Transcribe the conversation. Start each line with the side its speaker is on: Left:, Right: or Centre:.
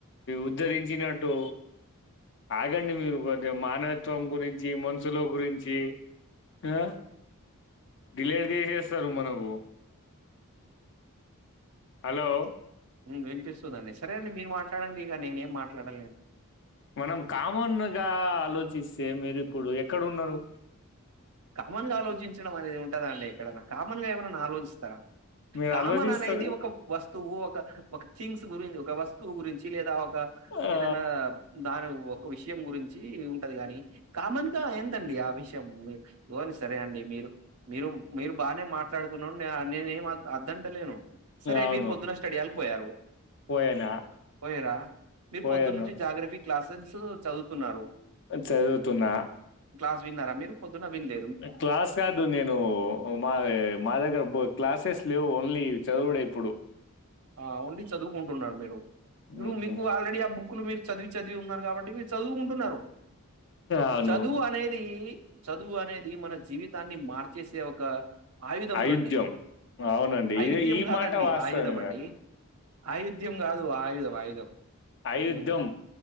Left: ఉద్ధరించినట్టు ఆగండి మీరు కొద్దిగా మానవత్వం గురించి మనుసుల గురించి ఆ డిలేట్ చేసేస్తారు మనకు హలో
Right: వినిపిస్తదండి సరే అండి మీరు మాట్లాడండి ఇగ నేనేం మాట్ డలే
Left: మనం కామన్ గా ఆలోచిస్తే మీరు ఇప్పుడు ఎక్కడ ఉన్నారు
Right: కామన్ గా ఆలోచించడం అనేది ఉంటదండి ఎక్కడన్నా కామన్ గా ఎవరన్నా ఆలోచిస్తారా
Left: మీరు
Right: కామన్
Left: ఆలోచిస్తారు
Right: అనేది ఒక వస్తువు ఒక ఒక థింగ్స్ గురించి ఒక వస్తువు గురిం చ్చి లేదా ఒక
Left: ఆ!
Right: ఏదన్నా దాని ఒక విషయం గురించి ఉంటది కాని కామన్ గా ఏంతండి ఆ విషయం <unintelligible> సరే అండి మీరు మీరు మీరు బాగానే మాట్లాడుతున్నాం నేనేం అద్దంట లేను సరే
Left: అవును.
Right: మీరు పొద్దున స్టడి ఆల్ బొయారు
Left: పోయానా?
Right: పోయరా మీరు
Left: పోయాను.
Right: పొద్దున్న నుంచి జాగ్రఫీ క్లాసెన్సు చదువుతున్నారు
Left: చదువుతున్నా.
Right: క్లాస్ విన్నార మీరు పొద్దున్న విన్ లె
Left: క్లాస్ కాదు నేను మాది మా దగ్గర క్లాసెస్ లేవు ఓన్లీ చదువుడే ఇప్పుడు
Right: ఆ ఓన్లీ చదువుకుంటున్నారు మీరు ఇబ్బండు
Left: హ్మ్.
Right: మీకు ఆల్రెడీ ఆ బుక్ క్కులు మీరు చదివి చదివి ఉన్నారు కాబట్టి మీరు చదువుకుంటున్నారు
Left: అవును.
Right: చదువు అనేది చదువు అనేది మన జీవితాన్ని మార్చేసే ఒక ఆయుధం
Left: అయిధ్యం
Right: అండి
Left: అవునండి
Right: ఆయుధ్యం
Left: ఈ
Right: కాదండి
Left: మాట వాస్తవం
Right: ఆయుధం అండి ఆయుధ్యం కాదు ఆయుధం ఆయుధం
Left: అయుద్ధం.
Right: ఊ